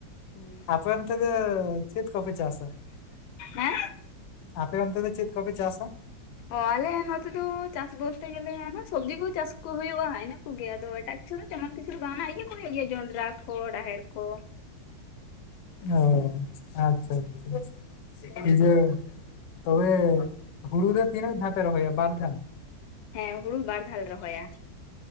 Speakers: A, on the left (about 85°); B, on the left (about 70°).
A: <unintelligible>
B: ᱟᱯᱮ ᱚᱱᱛᱮ ᱫᱚ ᱪᱮᱫ ᱠᱚᱯᱮ ᱪᱟᱥᱥᱟᱹ?
A: ᱦᱮᱸ
B: ᱟᱯᱮ ᱚᱱᱛᱮ ᱫᱚ ᱪᱮᱫ ᱠᱚᱯᱮ ᱪᱟᱥᱥᱟᱹ?
A: ᱚ ᱟᱞᱮ ᱱᱚᱛᱮ ᱫᱚ ᱪᱟᱥ ᱵᱚᱞᱛᱮ ᱜᱮᱞᱮ ᱦᱮᱱᱟ ᱥᱚᱵᱽᱡᱤ ᱠᱚ ᱪᱟᱥ ᱠᱚ ᱦᱳᱭᱳᱜ-ᱟ ᱤᱱᱟᱹ ᱜᱮ ᱫᱚ ᱮᱴᱟᱜ ᱫᱤᱥᱚᱢ ᱡᱟᱸᱦᱟᱱ ᱠᱤᱪᱷᱩ ᱫᱚ ᱵᱟᱝ -ᱟ ᱤᱭᱟᱹ ᱠᱚ ᱦᱩᱭᱩᱜ ᱜᱮᱭᱟ ᱡᱚᱞᱰᱨᱟᱴ ᱠᱚ ᱨᱟᱦᱮᱲ ᱠᱚ
B: ᱚ ᱟᱪᱪᱷᱟ ᱟᱪᱪᱷᱟ ᱥᱤᱠᱤᱱᱤᱡᱟᱹ ᱛᱚᱵᱮ ᱦᱩᱲᱩ ᱫᱚ ᱛᱤᱱᱟᱹᱜ ᱫᱷᱟᱣ ᱯᱮ ᱨᱚᱦᱚᱭᱟ ᱵᱟᱨ ᱫᱷᱟᱣ
A: ᱦᱮᱸ ᱦᱩᱲᱩ ᱵᱟᱨ ᱫᱷᱟᱣ ᱞᱮ ᱨᱚᱦᱚᱭᱟᱹ